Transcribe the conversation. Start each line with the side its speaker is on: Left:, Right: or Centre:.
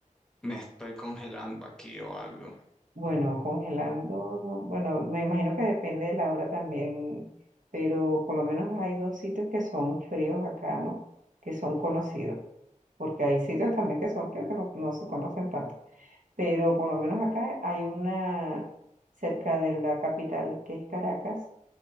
Centre: me estoy congelando aquí o algo.
Right: Bueno, congelando, no- bueno, me imagino que depende de la hora también, pero por lo menos hay dos sitios que son fríos acá, ¿no? Que son conocidos, porque hay sitios también que son fríos que no, no se conocen tanto, pero por lo menos acá hay una, cerca de la capital, que es Caracas,